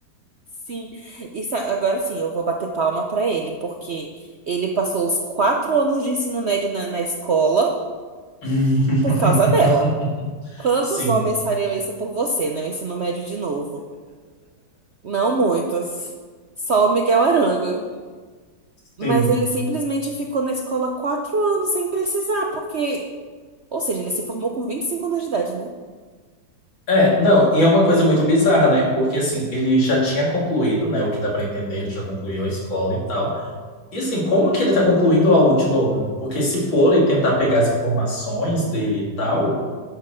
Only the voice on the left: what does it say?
<laughs>
Sim.
Sim.
É, não, e é uma coisa muito bizarra, né? Porque assim, ele já tinha concluído, né? O que dá pra entender, ele já concluiu a escola e tal. E assim, como que ele tá concluindo algo de novo? Porque se forem tentar pegar as informações dele e tal,